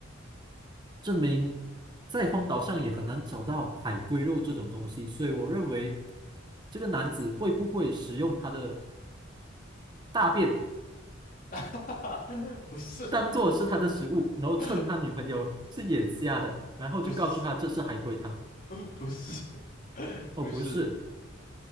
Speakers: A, on the right; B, on the left.
A: 证明在荒岛上也很难找到海龟肉这种东西，所以我认为这个男子会不会使用他的大便
B: <laughs> 不是，
A: 当做是他的食物，然后趁他女朋友是眼瞎的，
B: <laughs>
A: 然后就告诉他这是海龟汤，
B: 不是，<laughs> 不是，<laughs>
A: 哦不是，
B: 不是，